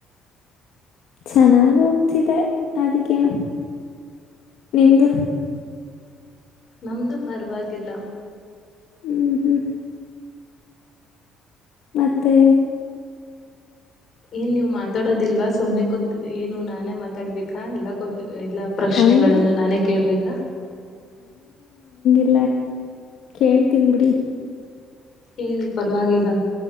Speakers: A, on the left (about 65°); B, on the left (about 40°).
A: ಚೆನ್ನಾಗ ಹೋಗ್ತಿದೆ ಅದಕ್ಕೇನು, ನಿಮ್ದು?
B: ನಮ್ದು ಪರವಾಗಿಲ್ಲ!
A: ಹ್ಮ್ ಹ್ಮ್ ಮತ್ತೆ!
B: ಏನ್ ನೀವ್ ಮಾತಾಡೋದಿಲ್ವಾ ಸುಮನೇ ಕೂತ್ ಏನು ನಾನೇ ಮಾತಾಡ್ಬೇಕ. ಆ ಎಲ್ಲ ಗೊತ್. ಎಲ್ಲಾ ಪ್ರಶ್ನೆಗಳನ್ನು
A: ಹಂಗೆ
B: ನಾನೇ ಕೇಳ್ಬೇಕಾ?
A: ಎಲ್ಲ ಕೇಳ್ತೀನ್ ಬಿಡಿ
B: ಕೇಳಿ ಪರವಾಗಿಲ್ಲ